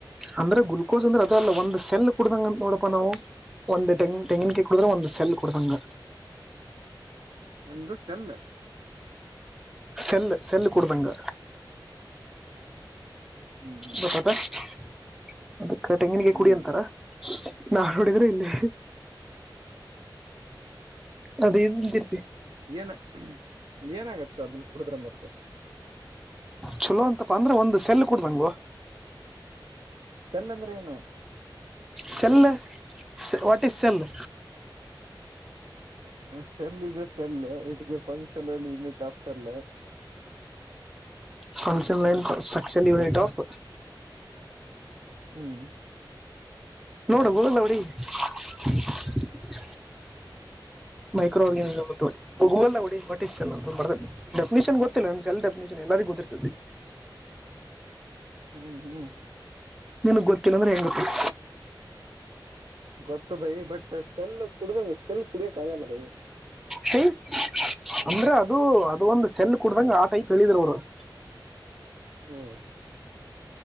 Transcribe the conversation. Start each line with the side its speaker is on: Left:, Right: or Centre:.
Centre: ಅಂದ್ರೆ ಗ್ಲುಕೋಸ್ ಅಂದ್ರೆ ಅದ ಅಲ್ಲ ಒಂದ್ ಸೆಲ್ ಕುಡ್ದಂಗ ನೋಡಪಾ ನಾವು ಒಂದು ತೆಂಗ ತೆಂಗಿನಕಾಯಿ ಕುಡುದ್ರ ಒಂದ್ ಸೆಲ್ ಕುಡ್ದಂಗ.
Right: ಒಂದು ಸೆಲ್ಲ.
Centre: ಸೆಲ್ ಸೆಲ್ಲ ಕೊಡ್ತಂಗ.
Right: ಹ್ಮ್ ಹ್ಮ್
Centre: ಗಟದ <unintelligible> ಅದಕ್ಕ ತೆಂಗಣಿಗೆ
Right: ಹ್ಮ್
Centre: ಕುಡಿ ಅಂತಾರ ನಾ ನೋಡಿದ್ರೆ ಇಲ್ಲಿ. ಅದ ಏನುತೀರ್ತಿ.
Right: ಏನ ಏನಾಗತ್ತೆ ಅದನ್ನ ಕುಡಿದ್ರೆ ಮತ್ತೆ.
Centre: ಚಲೋ ಅಂತಪ್ಪ ಅಂದ್ರೆ ಒಂದು ಸೆಲ್ ಕುಡ್ಡಂಗೊ ನಂಗು.
Right: ಸೆಲ್ಲಂದ್ರೆ ಏನು
Centre: cell what is cell.
Right: Cell is a cell it is a function ಅಲ್ಲಿ unit of cell.
Centre: Function <unintelligible> unit of
Right: ಹ್ಮು
Centre: ನೋಡು ಗೂಗಲ್ ಹೊಡಿ <inaudible> ಮೈಕ್ರೋ ಆರ್ಗಾನಿಸಮ್ ಅಂತ್ ಹೊಡಿ ಗೂಗಲ್ದಾಗ್ ಹೊಡಿ ವಾಟ್ ಇಜ್ ಸೆಲ್ಲ್ ಅಂತ್ ಬಡದರೆ ನೋಡ್. ಡೆಫಿನಿಷನ್ ಗೊತ್ತಿಲ್ಲ ಒಂದ್ ಸೆಲ್ಲ್ ಡೆಫಿನಿಷನ್ ಎಲ್ಲರಿಗೂ ಗೊತ್ತಿರತೈತಿ.
Right: ಹ್ಮ್ ಹ್ಮ್
Centre: ನಿನ್ಗ್ ಗೊತ್ತಿಲ್ಲಂದ್ರೆ ಹೆಂಗ ಗೊತ್ತಿಲ್ಲ.
Right: ಗೊತ್ತು ಬಾಯಿ ಬಟ್ ಸೆಲ್ಲ್ ಕುಡುದಂಗ ಸೆಲ್ಲ್ ಕುಡಿಯಾಕ್ ಆಗಲ್ಲ ಬಾಯಿ.
Centre: ಸೆಲ್ಲ್ ಅಂದ್ರೆ ಅದು ಅದು ಒಂದು ಸೆಲ್ಲ್ ಕುಡ್ದಂಗ ಆ ಟೈಪ್ ಹೇಳಿದ್ರ ಅವರು. <inaudible>
Right: ಹ್ಮು